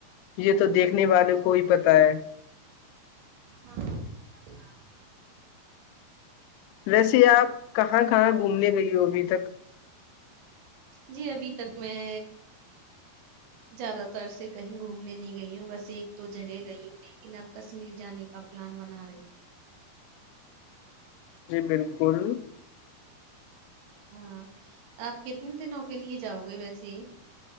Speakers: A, on the left; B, on the right.
A: یہ تو دیکھنے والوں کو ہی پت ہے
B: ہاں ہے <unintelligible>
A: ویسے آپ کہاں کہاں گھومنے گئ ہو ابھی تک
B: جی ابھی تک میں زیادہ تر سے کہیں گھومنے نہیں گئی ہوں بس ایک دو جگہ گئی ہوں لیکن اب کشمیر جانے کا پلان بنا رہی ہوں
A: جی بالکل
B: ہاں آپ کتنے دنوں کے لیے جاؤ گے ویسے